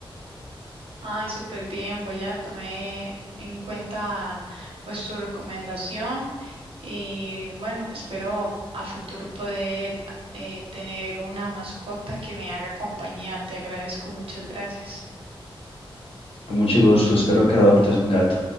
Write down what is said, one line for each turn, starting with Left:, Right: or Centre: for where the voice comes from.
Right: Ay, súper bien, voy a tomar en cuenta pues tu recomendación y bueno, espero a futuro poder eh, tener una mascota que me haga compañía. Te agradezco, muchas gracias.
Left: Con mucho gusto, espero que adoptes un gato.